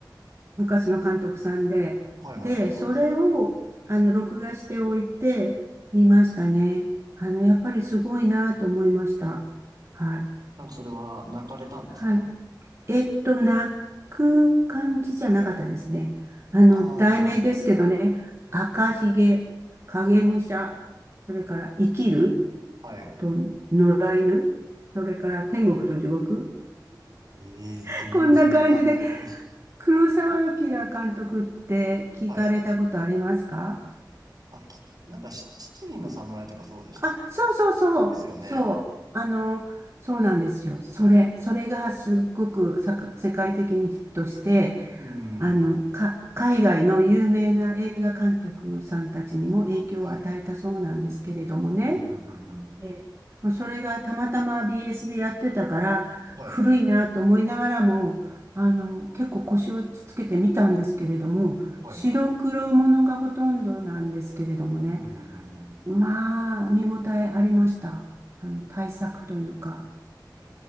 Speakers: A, on the right; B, on the right.
A: 昔の監督さんで。
B: はいはいはいはい。
A: で、それを、あの、録画しておいて、見ましたね。あの、やっぱりすごいなと思いました。はい。
B: なんかそれは泣かれたんですか
A: はい。えっと、泣く感じじゃなかったですね。あの、
B: ああー、
A: 題名ですけどね。
B: なるほど。なるほど
A: 赤ひげ、影武者、それから生きる
B: はい。
A: と野良犬、それから天国と地獄。
B: ええー、
A: <laughs>
B: 全然わかんないです。
A: こんな感じで、黒澤明監督って聞かれたことありますか
B: はい。あ、き、なんかし、七人の侍とかそうでしたっけ
A: あ、そうそうそう、
B: ですよね。
A: そう、あの、そうなんですよ。それ、それがすっごくさく世界的にヒットして、
B: うー
A: あの、
B: ん。
A: か、海外の有名な映画監督さんたちにも影響を与えたそうなんですけれどもね。
B: はい。ふんふんふんふん。
A: え、もうそれがたまたま BS でやってたから、
B: はい。
A: 古いなと思いながらも、あの、結構腰をつけてみたんですけれども、
B: はい。
A: 白黒ものがほとんどなんですけれどもね。
B: ふんふんふんふん。
A: まあ、見応えありました。あの、対策というか。
B: ええ